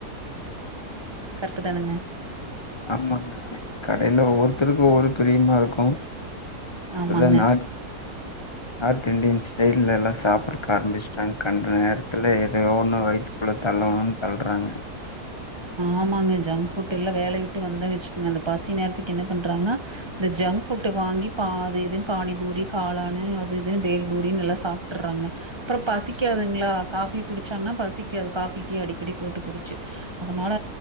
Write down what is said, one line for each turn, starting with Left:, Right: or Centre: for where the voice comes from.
Right: கரெட்டு தானுங்க
Left: ஆமாங்க கடையில ஒவ்வொருத்தருக்கும் ஒவ்வொரு பிரியமா இருக்கும் இப்பதா
Right: ஆமாங்க
Left: நார்த் நார்த் இண்டியன் ஸ்டைல்லலா சாப்புட்றக்கு ஆரம்பிச்சிட்டாங்க கண்ட நேரத்துல ஏதோ ஒண்ணு வயிற்றுக்குள்ள தள்ளணுன்னு தள்றாங்க
Right: ஆமாங்க ஜங்க் ஃபுட் எல்லாம் வேலைய விட்டு வந்த வெச்சுக்குங்க அந்த பசி நேரத்துக்கு என்ன பண்றாங்கன்னா இந்த ஜங்க் ஃபுட்டு வாங்கி பாதி எதுன்னு பானி பூரி காளானு அது இதுன்னு பேல் பூரின்னு எல்லா சாப்டுறாங்க அப்புறம் பசிக்காதுங்களா காஃபி குடிச்சாங்கன்னா பசிக்காது காஃபி டீ அடிக்கடி போட்டு குடிச்சு அதனால